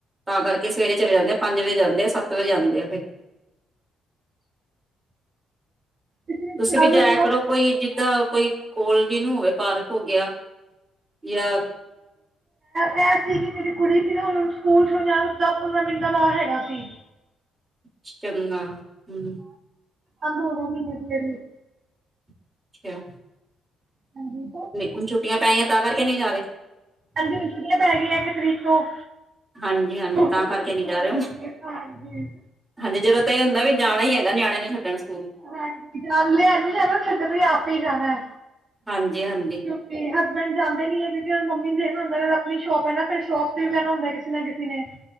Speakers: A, on the right; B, on the right.
A: ਤਾਂ ਕਰਕੇ ਸਵੇਰੇ ਚਲੇ ਜਾਂਦੇ ਆ ਪੰਜ ਵਜੇ ਜਾਂਦੇ ਆ ਸੱਤ ਵਜੇ ਆਉਦੇ ਆ ਫਿਰ
B: ਇਸ ਲਈ
A: ਤੁਸੀਂ
B: ਚਾਹ
A: ਵੀ ਜਾਇਆ
B: ਨਾ
A: ਕਰੋ ਕੋਈ ਜਿੱਦਾਂ ਕੋਈ ਕੋਲ ਜੀ ਨੂੰ ਹੋਵੇ ਪਾਰਕ ਹੋ ਗਿਆ। ਜਾਂ
B: ਰ ਸੀ ਕਿ ਮੇਰੀ ਕੁੜੀ ਸੀ ਨਾ ਹੁਣ ਸਕੂਲ ਦਸ ਪੰਦਰਾਂ ਮਿੰਟ ਦਾ ਰ ਹੈਗਾ ਸੀ।
A: ਇਸ਼ਮ ਨਾਲ ਹਮ
B: ਅੰਬ ਦੋ ਮਹੀਨੇ ਹੀ ਹੈ
A: ਅੱਛਾ
B: ਹਾਂਜੀ ਤਾਂ
A: ਹੁਣ ਛੁੱਟੀਆਂ ਪੈਣੀਆਂ ਤਾਂ ਕਰਕੇ ਨਹੀ ਜਾ ਰਹੇ।
B: ਹਾਂਜੀ ਹ ਛੁੱਟੀਆਂ ਪੈ ਗਈ ਆ ਇੱਕ ਤਰੀਕ ਤੋਂ
A: ਹਾਂਜੀ -ਹਾਂਜੀ
B: ਸਕੂਲ
A: ਤਾਂ ਕਰਕੇ
B: ਵੀ
A: ਨੀ
B: ਬੰਦ
A: ਜਾ ਰਹੇ
B: ਹੋ ਗਏ ਹਾਂਜੀ
A: ਹਾਂਜੀ ਜਦੋਂ ਤਾਂ ਇਹ ਹੁੰਦਾ ਹੈ ਜਾਣਾ ਹੀ ਹੈ। ਨਿਆਣਿਆਂ ਨੂੰ ਛੱਡਣ ਸਕੂਲ
B: ਹਾਂਜੀ ਜਾਣ ਲਿਆਣ ਵੀ ਜਾਣਾ ਛੱਡਣ ਤੇ ਆਪੇ ਜਾਣਾ।
A: ਹਾਂਜੀ ਹਾਂਜੀ
B: ਕਿਉਂਕਿ ਹਸਬੈਂਡ ਜਾਂਦੇ ਨੀ ਹੈ ਕਿਉਂਕਿ ਮੰਮੀ ਦੇਖਣ ਹੁੰਦਾ ਆਪਣੀ ਸ਼ੋਪ ਹੈ ਫਿਰ ਸ਼ੋਪ ਕਹਿਣਾ ਹੁੰਦਾ ਕਿਸੇ ਨਾ ਕਿਸੇ ਨੇ